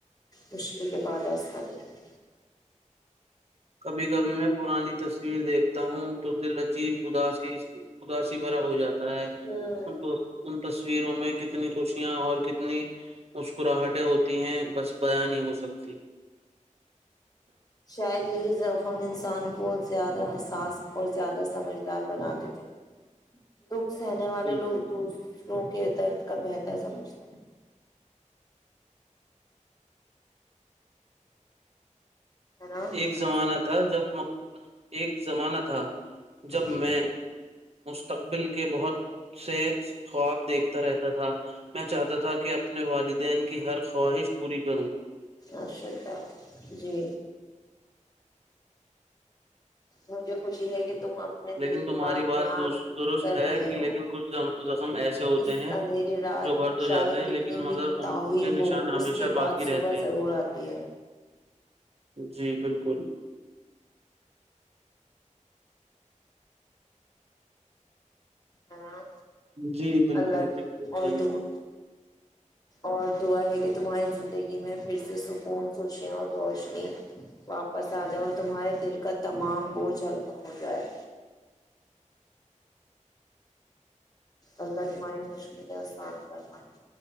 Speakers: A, on the left; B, on the right.
A: مشل کے بعد آسانی ہے
B: کبھی کبھی میں پرانی تصویر دیکھتا ہوں تو دل عجیب اداسی اداسی بھرا ہو جاتا ہے ان
A: ہوں
B: ان تصویروں میں کتنی خوشیاں اور کتنی مسکراہٹیں ہوتی ہیں بس بیا نہیں ہو سکتی
A: شاید یہی زخم انسان کو زیادہ حساس اور زیادہ سمجھدار بنا دیتے ہیں د سہنے والے
B: بالکل
A: لوگ تو کے درد کا بہتر سمجھتا ہے ہے نا
B: ایک زمانہ تھا جب <inaudible> ایک زمانہ تھا جب
A: جی
B: میں مستقبل کے کے بہت سے خواب دیکھتا رہتا تھا میں چاہتا تھا کہ اپنے والدین کی ہر خواہش پوری کروں
A: اشء الد جی مجھے خوشی ہے کہ تم اپنے
B: لیکن
A: دل کی
B: تمہاری
A: بات بیان
B: دوس- درست
A: کر
B: ہے
A: رہے
B: کہ
A: ہو
B: لیکن کچھ زم- زخم ایسے ہوتے
A: اس
B: ہیں
A: اندھیری رات
B: جو بھر تو
A: چاہے
B: جاتے ہیں
A: کتنی
B: لیکن
A: بھی
B: مگر
A: تویل
B: ان کے نشان
A: ہو
B: ہمیشہ
A: اس کے
B: باقی
A: بعد
B: رہتے
A: صبح ضرور آتی ہے
B: جی بالکل
A: ہ
B: جی بالکل
A: اللہ
B: بالکل
A: اور
B: صحیح
A: دو
B: بات
A: اور دعا ہے کہ تمہاری زندگی میں پھر سے سکون خوشیاں اور روشنی واپس آ جاؤ اور تمہارے دل کا تمام بوجھ ہلکا ہو جائے اللہ تمہاری مشکلیںسان کرنا ہے